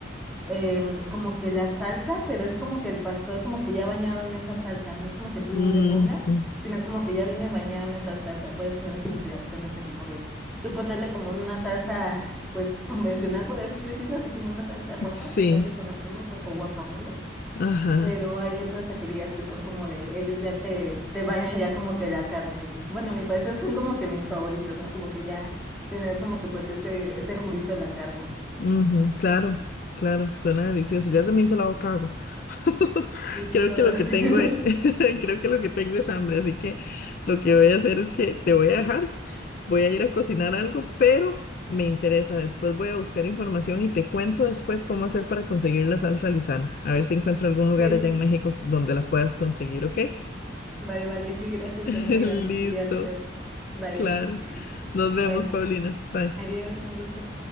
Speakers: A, in the centre; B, on the left.
A: em, como que la salsa, pero es como que el pastor como que ya bañado en esa salsa, no es como que tú
B: Mm,
A: le pongas,
B: mm,
A: sino como que ya viene bañado en esa salsa, puedes tener como que la opción esa como de tú ponerle como una salsa pues <laughs> convencional, por así decirlo, así como una salsa roja
B: sí,
A: que acá le conocemos o, o guacamole,
B: ajá.
A: pero hay otras taquerías que son como de ellos ya te, te bañan ya como que la carne y bueno, a mi parecer son como que mis favoritos, ¿no? Como que ya tener como que pues ese, ese juguito de la carne.
B: Ujú, claro, claro, suena delicioso. Ya se me hizo la boca agua. <laughs>
A: Sí,
B: Creo
A: sí, podrás.
B: que lo que
A: <laughs>
B: tengo es, <laughs> creo que lo que tengo es hambre, así que lo que voy a hacer es que te voy a dejar, voy a ir a cocinar algo, pero me interesa. Después voy a buscar información y te cuento después cómo hacer para conseguir la salsa Lizano. A ver si encuentro algún lugar
A: Sí.
B: allá en México donde la puedas conseguir, ¿ok?
A: Vale, vale, sí, gracias.
B: <laughs> Listo,
A: También voy a, voy a hacer. Vale.
B: claro. Nos
A: Bueno,
B: vemos, Paulina. Bye.
A: adiós, un gusto.